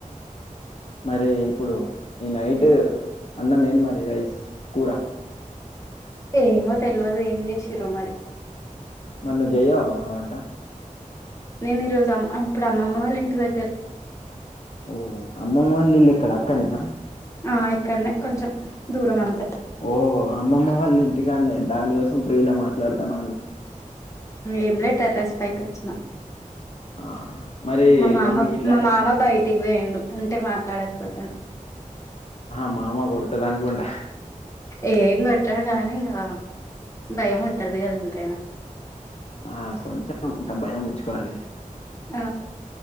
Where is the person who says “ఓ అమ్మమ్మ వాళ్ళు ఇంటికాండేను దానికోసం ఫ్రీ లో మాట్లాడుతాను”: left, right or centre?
Left